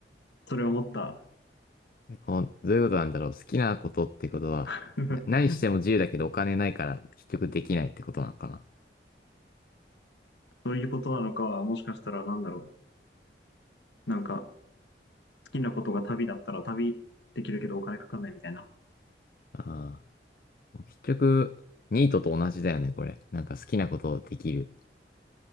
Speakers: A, on the left; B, on the left.
A: それ思った。
B: こう、どういうことなんだろう。好きなことってことは、
A: <laughs>
B: な何しても自由だけどお金ないから結局できないってことなのかな。
A: そういうことなのか、もしかしたらなんだろう。なんか、好きなことが旅だったら旅できるけどお金かかんないみたいな。
B: ああ。結局、ニートと同じだよね、これ。なんか好きなことできる。